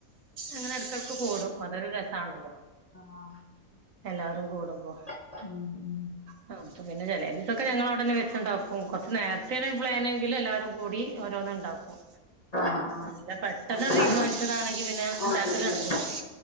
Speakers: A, on the right; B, on the left.
A: അങ്ങനെ എടക്കെടക്ക് കൂടും അതൊരു രസാണല്ലോ
B: ആഹ്
A: എല്ലാരും കൂടുമ്പോ ആ അപ്പൊ പിന്നെ ചെലേ ദിവസൊക്കെ ഞങ്ങളവിടെന്നെ വെച്ച്ണ്ടാക്കും കൊർച്ച് നേരത്തെണ് പ്ലാന് ഇല്ല ല്ലാരും കൂടി ഓരോന്ന്ണ്ടാക്കും
B: ആഹ് ആഹ്
A: അല്ല പെട്ടെന്നാണ്ട്
B: അല്ലെങ്കിൽ
A: തീരുമാനിച്ചതാണെങ്കി പിന്നെ
B: ഓർഡർ
A: ണ്ടാക്കലടക്കൂല്ലല്ലോ
B: ചെയ്യൂല്ലേ